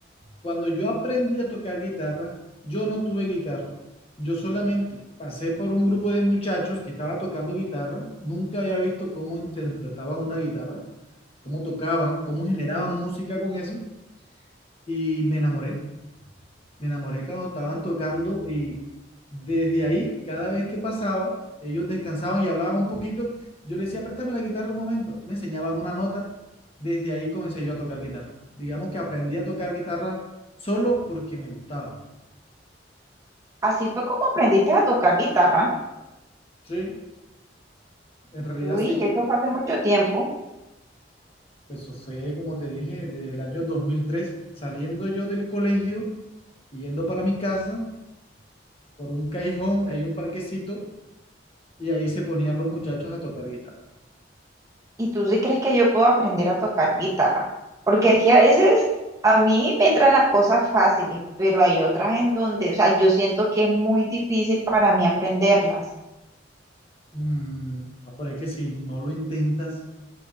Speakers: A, on the left; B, on the right.
A: Cuando yo aprendí a tocar guitarra, yo no tuve guitarra. Yo solamente pasé por un grupo de muchachos que estaba tocando guitarra. Nunca había visto cómo interpretaban una guitarra, cómo tocaban, cómo generaban música con eso y me enamoré. Me enamoré cuando estaban tocando y desde ahí, cada vez que pasaba, ellos descansaban y hablaban un poquito. Yo le decía, préstame la guitarra un momento. Me enseñaban una nota. Desde ahí comencé yo a tocar guitarra. Digamos que aprendí a tocar guitarra solo porque me gustaba.
B: Así fue como aprendiste a tocar guitarra.
A: Sí, en realidad
B: Uy,
A: sí.
B: eso fue hace mucho tiempo.
A: pues Eso fue, como te dije, desde el año 2003, saliendo yo del colegio, yendo para mi casa, por un callejón, hay un parquecito, y ahí se ponían los muchachos a tocar guitarra.
B: ¿Y tú sí crees que yo puedo aprender a tocar guitarra? Porque es que a veces a mí me entran las cosas fáciles, pero hay otras en donde, o sea, yo siento que es muy difícil para mí aprenderlas.
A: Mm, no, pero que si no lo intentas,